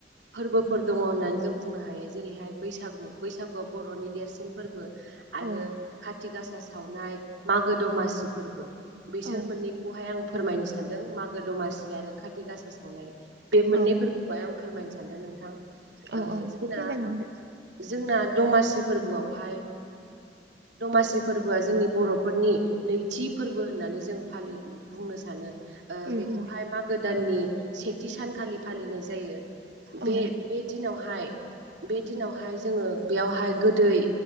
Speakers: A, on the right (about 85°); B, on the right (about 60°).
A: फोरबोफोर दङ होननानै जों बुंनो हायो जेरैहाय बैसागु। बैसागुआ बरनि देरसिन फोरबो।
B: औ
A: आरो खाथि गासा सावनाय मागो दमासि फोरबो। बिसोर
B: औ
A: मोननैखौहाय आं फोरमायनो सानदों मागो दमासि आरो खाथि गासा सावनाय बे मोननै
B: औ
A: फोरबोखौहाय आं फोरमायनो सानदों नोंथां।
B: औ
A: ओ
B: औ
A: जोंना
B: फोरमायलांदो।
A: जोंना दमासि फोरबोआवहाय दमासि फोरबोआ जोंनि बरफोरनि नैथि फोरबो होननानै जों फालि बुंनो सानो ओ
B: उम
A: बेखौहाय
B: उम
A: मागो दाननि सेथि सानखालि फालिनाय जायो।
B: औ
A: बे दिनावहाय बे दिनावहाय जोङो बेयावहाय गोदै